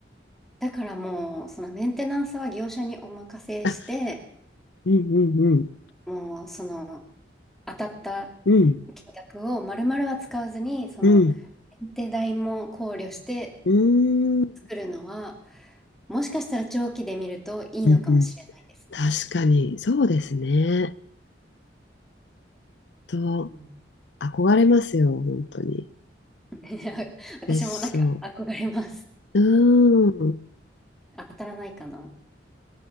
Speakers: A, in the centre; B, on the left.
A: だからもう、そのメンテナンスは業者にお任せして、
B: あ、うんうんうん、
A: もうその当たった
B: うん、
A: 金額を丸々は使わずに、その
B: うん、
A: 検定代も考慮して
B: うーん、
A: 作るのは、もしかしたら長期で見るといいのかもしれないですね。
B: うんうん。確かに、そうですね。と、
A: うん
B: 憧れますよ、本当に。
A: <laughs> 私もなんか憧れます。
B: 別荘。うーん。
A: 当たらないかな。